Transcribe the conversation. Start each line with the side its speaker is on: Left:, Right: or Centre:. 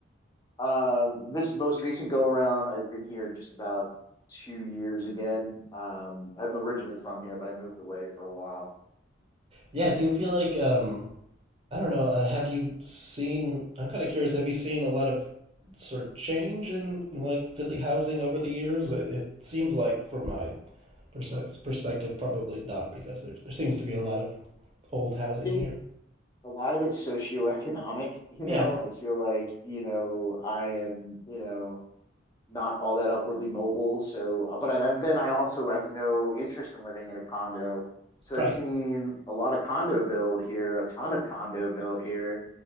Left: Um, this most recent go around, I've been here just about two years again. Um, I'm originally from here, but I moved away for a while.
Right: Yeah, do you feel like um I don't know. Uh, have you seen? I'm kind of curious. Have you seen a lot of sort of change in like Philly housing over the years? It, it seems like, from my perse- perspective, probably not, because there there seems to be a lot of old housing
Left: I think
Right: here.
Left: a lot of it's socioeconomic, you
Right: Yeah,
Left: know. I feel like, you know, I am, you know, not all that upwardly mobile. So, uh, but I, then I also have no interest in living in a condo. So
Right: right.
Left: I've seen a lot of condo build here, a ton of condo build here.